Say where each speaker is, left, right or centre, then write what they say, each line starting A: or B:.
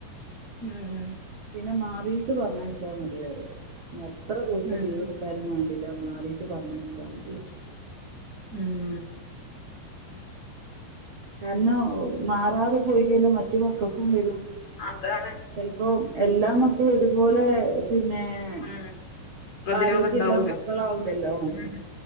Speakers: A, on the left (about 40°); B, on the right (about 80°).
A: ഉം ഉം
B: പിന്നെ മാറിട്ട് പറഞ്ഞയ്ച്ചാ മതി അറിം ഇഞ്ഞെത്ര ദിവസം
A: ഉം
B: ലീവ്ട് ത്താലുംവാണ്ടില മാറീട്ട് പറഞ്ഞയ്ച്ചാമതീ അറിം
A: ഉം
B: കാര്ണം മാറാതെപോയികഴ്ഞ്ഞാ മറ്റു മക്കക്കും വരും
A: അതാണ്
B: ചെൽപ്പോ എല്ലാമക്കളുംഒരുപോലെ പിന്നേ ന്നേ
A: ഉം പ്രതിരോധം
B: ആരോഗ്യള്ള
A: ഉണ്ടാവൂല
B: മക്കളാവുലല്ലോ
A: ഉം